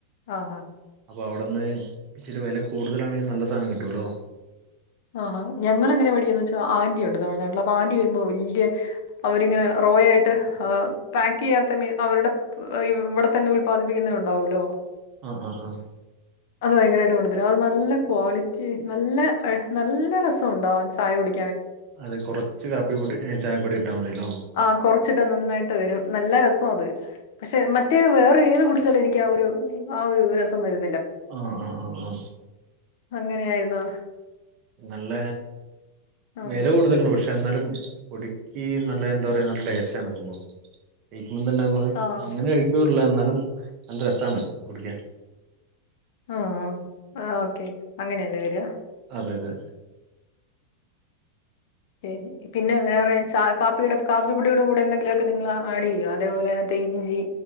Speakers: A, on the left; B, on the right.
A: ആഹ് ആഹ്
B: അപ്പോ അവിടുന്ന് ഇച്ചിരി വില കൂടുതലാണെങ്കിലും നല്ല സാധനം കിട്ടുമല്ലോ
A: ആഹാ ഞങ്ങളെങ്ങനെയാ മേടിക്കുന്നേന്ന് വെച്ചാൽ ആന്റി ഉണ്ട് തമിഴ്‌നാട്ടില് അപ്പൊ ആന്റി വരുമ്പോ വല്യ അവരിങ്ങനെ റോ ആയിട്ട് പാക്ക് ചെയ്യാത്ത മീൻ അവരുടെ ഇവിടെ തന്നെ ഉല്പാദിപ്പിക്കുന്ന ഉണ്ടാവൂല്ലോ
B: ആഹ് ആഹ് ആഹ്
A: അത് ഭയങ്കരമായിട്ട് കൊണ്ടു തരും അത് നല്ല ക്വാളിറ്റി നല്ല നല്ല രസം ഉണ്ടാവും ആ ചായ കുടി
B: അത് കുറച്ച് കാപ്പിപ്പൊടി ചായപ്പൊടി ഇട്ടാമതില്ലോ
A: ആഹ് കുറച്ചിട്ടാ നന്നായിട്ട് വരും നല്ല രസ <unintelligible> അതെ പക്ഷെ മറ്റേ വേറെ ഏത് കുടിച്ചാലും എനിക്ക് ആ ഒരു ആ ഒരു രസം വര
B: ആ ആ ആ ആ
A: അങ്ങനെ ആയിരുന്നോ
B: നല്ല
A: ആഹ്
B: വെല കൂടുതലണ് പക്ഷെ ഇന്നാലും പൊടിയ്ക്ക് നല്ല എന്താ പറയാ നല്ല ടേസ്റ്റ് ആണ് ഇടുമ്പോ ഇന്നെന്നെ നമ്മള്
A: ആഹ്
B: അങ്ങനെ കഴിക്കാറില്ല എന്നാലും നല്ല രസാണ് കുടിക്കാൻ -
A: ആഹ് ഓക്കെ അങ്ങനെയ നേരാ
B: അതെ അതെ
A: ശരി പിന്നെ വേറെ ച കാപ്പിടെ കാപ്പിപ്പൊടിയുടെ കൂടെ എന്തെങ്കിലുമൊക്കെ നിങ്ങളെ ആഡ് ചെയ്യോ അതേപോലെ മറ്റേ ഇഞ്ചി